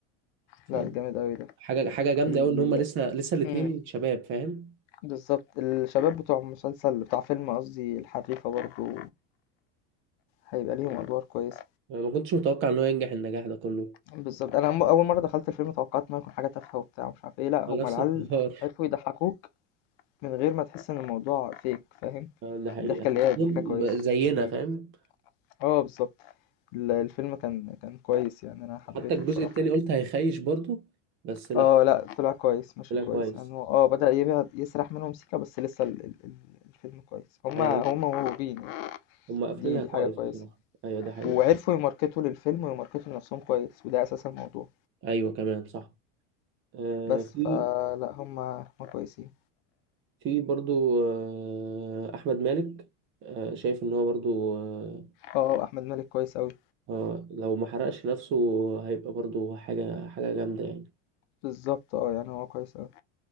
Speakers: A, on the right; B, on the left.
A: ف...
B: لأ جامد أوي ده.
A: حاجه حاجه جامده
B: ال
A: قوي ان هم لسه لسه الاتنين
B: إمم،
A: شباب فاهم
B: بالضبط، الشباب بتوع مسلسل بتاع فيلم قصدي الحريفة برضه هيبقى ليهم أدوار كويسة.
A: ما كنتش متوقع ان هو ينجح النجاح ده كله
B: بالضبط. أنا م أول مرّة دخلت الفيلم توقّعت إن هو هيكون حاجة تافهة وبتاع ومش عارف إيه، لأ هم
A: آه، نفس
B: العيال
A: الحوار
B: عرفوا يضحّكوك من غير ما تحس إن الموضوع fake فاهم،
A: آه، ده حقيقي
B: الضحكة
A: حاسسهم
B: اللي هي ضحكة كويسة،
A: زينا
B: فدي
A: فاهم
B: آه بالضبط. ال الفيلم كان كان كويس يعني أنا
A: حتى
B: حبيته
A: الجزء
B: بصراحة.
A: التاني قلت هيخيش برضو بس لا
B: آه لأ طلع كويس، ماشي
A: طلع
B: كويس،
A: كويس
B: يعني هو آه بدأ يبعد يسرح منهم سيكة بس لسه ال ال ال الفيلم كويس. هم
A: ايوه
B: هم
A: لسه
B: موهوبين يعني،
A: هم قافلينها
B: دي دي
A: كويس
B: حاجة كويسة.
A: بصراحة ايوه ده حقيقي
B: وعرفوا يماركتوا للفيلم ويماركتوا لنفسهم كويس وده أساس الموضوع،
A: ايوه كمان صح آه
B: بس
A: في
B: فلأ هم هم كويسين.
A: في برضو آه احمد مالك آه شايف ان هو برضو آه
B: آه، آه، أحمد مالك كويس أوي،
A: آه لو ما حرقش نفسه هيبقى برضو حاجة حاجة جامدة يعني
B: بالضبط آه، يعني هو كويس أوي،